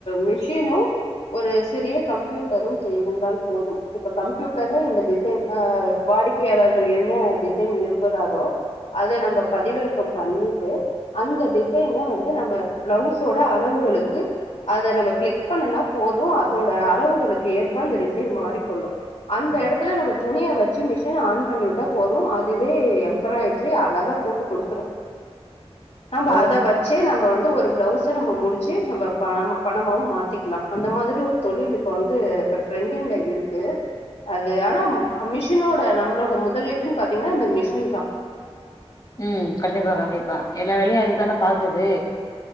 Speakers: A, on the left (about 75°); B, on the left (about 35°).
A: மிஷினு ஒரு சிறிய கம்ப்யூட்டரு இருந்தால் போதும் இப்ப கம்ப்யூட்டர்ல இந்த டிசைன் அ வாடிக் யாளர்கள் என்ன டிசைன் விரும்புறாரோ அத நம்ப பதிவிறக்கம் பண்ணிட்டு அந்த டிசைன வந்து நம்ம பிளவுஸோட அளவுகளுக்கு அத நம்ம கிளிக் பண்ணுனா போது அதோட அளவுகளுக்கு ஏற்ப அந்த டிசைன் மாறிக்கொள்ளு அந்த எடத்துல நம்ம துணிய வச்சு மிஷி ன ஆன் பண்ணிவிட்டா போது அதுவே எம்ப்ராய்டரி அழகா போட்டு குடுத்துரு நாம்ப
B: ஓ!
A: அத வச் சே நம்ம வந்து ஒரு பிளவுஸே நம்ம முடிச்சு நம்ம பண பணமாவு மாத்திக்கலா அந்த மாதிரி ஒரு தொழிலுக் இப்ப வந்து இப்ப ட்ரெண்டிங்ல இருக்கு அது ஆனா மிஷினோ இப்ப நம்ளோட முதலீடு பாத்தீங்கன்னா அந்த மிஷின் தா
B: ம் கண்டிப்பா கண்டிப்பா எல்லா வேலையு அதுதான பாக்குது